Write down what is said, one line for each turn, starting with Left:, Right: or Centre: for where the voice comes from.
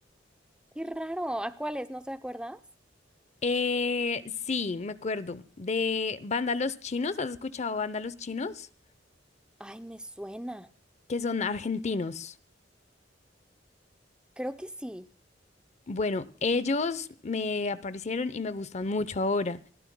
Centre: Qué raro, ¿a cuáles? ¿No te acuerdas?
Left: Eh, sí, me acuerdo, de Banda Los Chinos, ¿has escuchado Banda Los Chinos?
Centre: Ay, me suena.
Left: Que son argentinos.
Centre: Creo que sí.
Left: Bueno, ellos me aparecieron y me gustan mucho ahora.